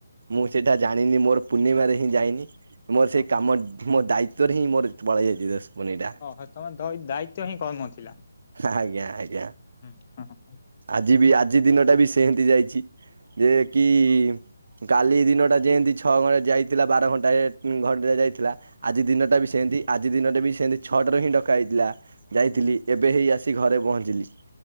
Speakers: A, on the right; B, on the left.
A: ମୁଁ ସେଇଟା ଜାଣିନି ମୋର ପୁନିମା ରେ ହିଁ ଯାଇନି ମୋର ସେଇ
B: ହଁ ହଁ।
A: କାମ ମୋ ଦାୟିତ୍ୱରେ ହିଁ ମୋର ପଳା ଯାଇଛି ଦଶକଟି ଏଇଟା
B: ଓହ ତମେ ଦ ଦାୟିତ୍ୱ ହିଁ କର୍ମ ଥିଲା
A: ଆଜ୍ଞା ଆଜ୍ଞା
B: ହୁଁ ହଁ
A: ଆଜି ବି ଆଜି ଦିନ ଟା ବି ସେମତି ଯାଇଛି ଯେ କି କାଲି ଦିନଟା ଯେମିତି ଛଅ ଘଣ୍ଟାରେ ଯାଇଥିଲା ବାର ଘଣ୍ଟାରେ ଘଣ୍ଟାରେ ଯାଇଥିଲା। ଆଜି ଦିନଟା ବି ସେମିତି ଆଜି ଦିନଟା ବି ସେମତି ଛଅଟାରୁ ହିଁ ଡକା ହେଇଥିଲା।
B: ହଁ
A: ଯାଇଥିଲି
B: ହଁ
A: ଏବେ ହେଇ ଆସି ଘରେ ପହଞ୍ଚିଲି।